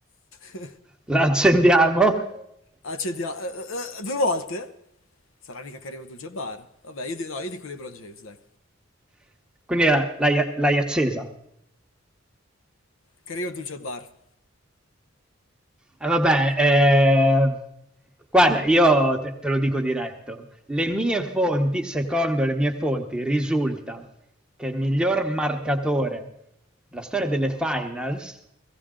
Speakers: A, on the left; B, in the centre.
A: <laughs>
B: La accendiamo?
A: Accendiamo. due volte? Sarà mica Karim Abdul-Jabbar? Vabbè, io, di- no, io dico LeBron James, dai.
B: <laughs> Quindi la- l'hai, l'hai accesa.
A: Karim Abdul-Jabbar
B: Eh, vabbè, eh, guarda, io te, te lo dico diretto. Le mie fonti, secondo le mie fonti, risulta che il miglior marcatore della storia delle finals